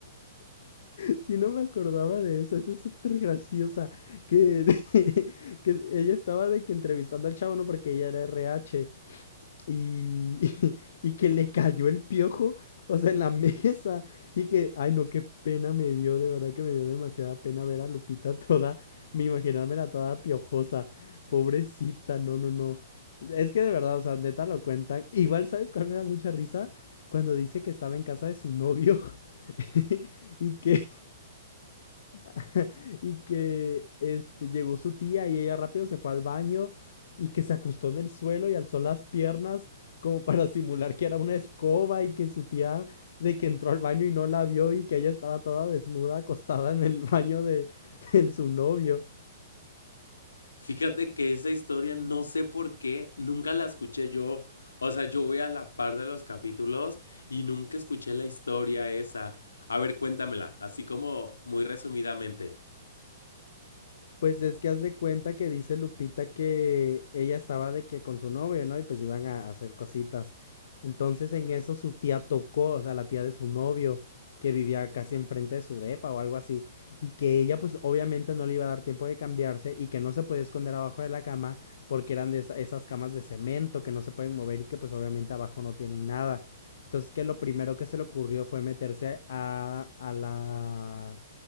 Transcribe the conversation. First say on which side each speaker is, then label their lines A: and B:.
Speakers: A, on the left; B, on the left.
A: Si no me acordaba de eso, esa es súper graciosa. Que, <laughs> que ella estaba de que entrevistando al chavo, ¿no? Porque ella era RH. y, <laughs> y que le cayó el piojo, o sea, en la <laughs> mesa. Y que, ay, no, qué pena me dio, de verdad que me dio demasiada pena ver a Lupita toda, me imaginármela toda piojosa. Pobrecita, no, no, no. Es que de verdad, o sea, neta lo cuentan. Igual, ¿sabes cuál me da mucha risa? Cuando dice que estaba en casa de su novio <laughs> y que <laughs> y que este, llegó su tía y ella rápido se fue al baño y que se acostó en el suelo y alzó las piernas como para simular que era una escoba y que su tía de que entró al baño y no la vio y que ella estaba toda desnuda acostada en el baño de, <laughs> de su novio
B: Fíjate que esa historia no sé por qué, nunca la escuché yo. O sea, yo voy a la par de los capítulos y nunca escuché la historia esa. A ver, cuéntamela, así como muy resumidamente.
A: Pues es que haz de cuenta que dice Lupita que ella estaba de que con su novio, ¿no? Y pues iban a, a hacer cositas. Entonces en eso su tía tocó, o sea, la tía de su novio, que vivía casi enfrente de su depa o algo así, y que ella pues obviamente no le iba a dar tiempo de cambiarse y que no se podía esconder abajo de la cama porque eran de esa- esas camas de cemento que no se pueden mover y que pues obviamente abajo no tienen nada. Entonces que lo primero que se le ocurrió fue meterse a, a la